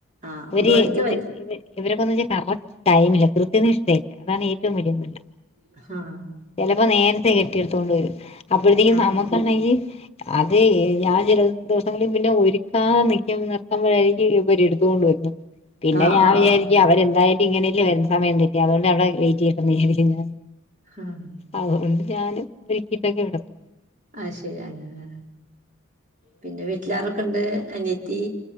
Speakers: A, on the right (about 40°); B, on the left (about 30°).
A: ആഹ്
B: ഇവര്
A: ഒമ്പത് മണിക്ക്
B: ഇവര്വ
A: വരും
B: <unintelligible> ഇവരൊക്കെന്ന് വെച്ചാൽ കറക്റ്റ് ടൈമില്ല കൃത്യനിഷ്ഠയില്ല അതാണ് ഏറ്റവും വലിയ തൊല്ല
A: ആഹ് ആഹ്
B: ചിലപ്പോ നേരത്തെ കെട്ടിയെടുത്തോണ്ട് വരും അപ്പോഴത്തേക്കും
A: ആഹ്
B: നമുക്കുണ്ടെങ്കിൽ അതെ ഞാൻ ചില ദിവസങ്ങളിലും പിന്നെ ഒരുക്കാൻ നിൽക്കുമ്പോ നിർത്തുമ്പോഴായിനിക്ക് <unintelligible> <unintelligible> പിന്നെ
A: ആഹ് ആഹ്
B: ഞാൻ
A: ആഹ്
B: വിചാരിക്കും അവരെ എന്തായാലും ഇങ്ങനെയല്ലേരുന്നമയം കിട്ടി അതുകൊണ്ട് അവിടെ വെയിറ്റ് ചെയ്യട്ടന്ന് വിചാരിക്ക ഞാൻ
A: ആഹ്
B: അതുകൊണ്ട് ഞാനും ഒരുക്കിയിട്ടൊക്കെ ഇടത്തു
A: ആഹ് ശരി അങ്ങനെ പിന്നെ വീട്ടിലാരൊക്കെ ഉണ്ട് അനിയത്തി